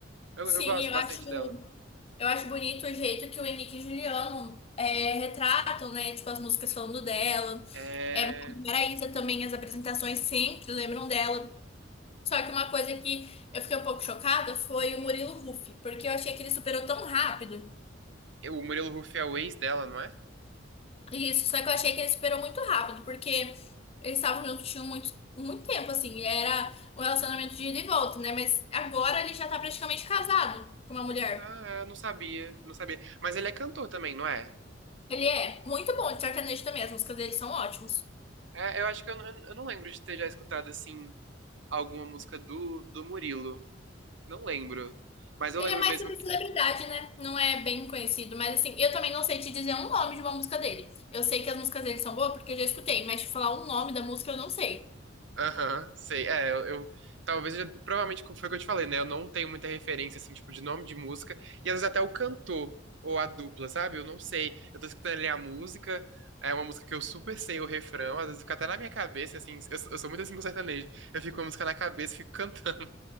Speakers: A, on the right; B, on the left.
A: Eu,
B: Sim,
A: eu gosto
B: eu
A: bastante
B: acho,
A: dela.
B: eu acho bonito o jeito que o Henrique e Juliano é, retratam, né? Tipo, as músicas falando dela.
A: É...
B: É, Maraísa também, as apresentações sempre lembram dela. Só que uma coisa que eu fiquei um pouco chocada foi o Murilo Huff, porque eu achei que ele superou tão rápido.
A: eu- O Murilo Huff é o ex dela, não é?
B: Isso, só que eu achei que ele superou muito rápido, porque eles estavam juntos tinham muito, muito tempo, assim, era um relacionamento de ida e volta, né? Mas agora ele já tá praticamente casado com uma mulher.
A: Ah, eu não sabia, não sabia. Mas ele é cantor também, não é?
B: Ele é muito bom de sertanejo também, as músicas dele são ótimas.
A: É, eu acho que eu, não- eu não lembro de ter já escutado, assim, alguma música do, do Murilo. Não lembro. Mas eu
B: Ele
A: lembro
B: é mais
A: mesmo
B: sobre
A: que.
B: celebridade, né? Não é bem conhecido, mas assim, eu também não sei te dizer um nome de uma música dele. Eu sei que as músicas dele são boas porque eu já escutei, mas te falar o nome da música eu não sei.
A: Aham, sei. É, eu, eu- talvez eu já- provavelmente como foi o que eu te falei, né? Eu não tenho muita referência, assim, tipo, de nome de música. E às vezes até o cantor ou a dupla, sabe? Eu não sei. Eu tô escutando ali a música. É uma música que eu super sei o refrão, às vezes fica até na minha cabeça, assim. Eu, eu sou muito assim com sertanejo. Eu fico com a música na cabeça e fico cantando.